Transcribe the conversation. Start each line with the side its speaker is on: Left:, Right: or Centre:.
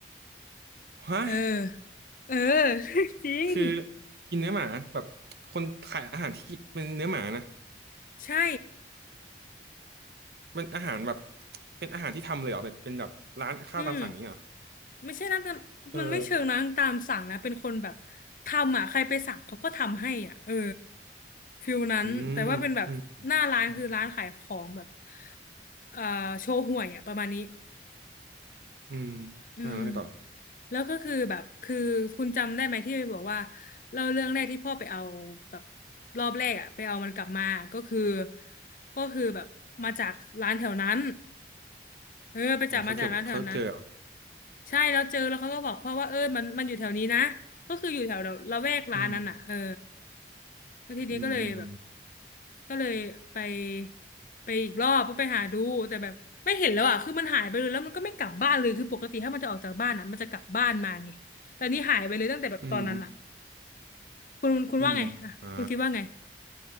Right: ฮะ
Left: เออเออ <laughs> จริง
Right: คือกินเนื้อหมาแบบคนขายอาหารที่เป็นเนื้อหมานะ
Left: ใช่
Right: เป็นอาหารแบบเป็นอาหารที่ทำเลยเหรอแบบเป็นแบบร้านข้าวตามสั่งนี้ยเหรอ
Left: อืมไม่ใช่นะแต่มันไม่เชิงนะตามสั่งนะเป็นคนแบบ
Right: เออ
Left: ทำอ่ะใครไปสั่งเขาก็ทำให้อ่ะเออฟิลนั้นแต่ว่าเป็นแบบหน้าร้านคือร้านขายของแบบ
Right: อืมอืมอืม
Left: เอ่อโชห่วยอ่ะประมาณนี้
Right: อืม
Left: อืม
Right: อ่าแล้วไงต่อ
Left: แล้วก็คือแบบคือคุณจำได้ไหมที่บอกว่าเล่าเรื่องแรกที่พ่อไปเอาแบบรอบแรกอ่ะไปเอามันกลับมาก็คือก็คือแบบมาจากร้านแถวนั้นเออไปจับมาจากร้านแถวนั้น
Right: อ๋อเขาเก็บเขาเจอเหรอ
Left: ใช่แล้วเจอแล้วเขาก็บอกพ่อว่าเออมันมันอยู่แถวนี้นะก็คืออยู่แถวละแวกร้านนั้นอ่ะเออ
Right: อืม
Left: แล้วทีนี้ก็เลยแบบ
Right: อืมอืม
Left: ก็เลยไปไปอีกรอบเพื่อไปหาดูแต่แบบไม่เห็นแล้วอ่ะคือมันหายไปเลยแล้วมันก็ไม่กลับบ้านเลยคือปกติถ้ามันจะออกจากบ้านอ่ะมันจะกลับบ้านมาไงแต่อันนี่หายไปเลยตั้งแต่แบบตอนนั้นอ่ะ
Right: อืมอืม
Left: คุณคุณว่าไงอ่ะคุณคิดว่าไง
Right: อืมอ่า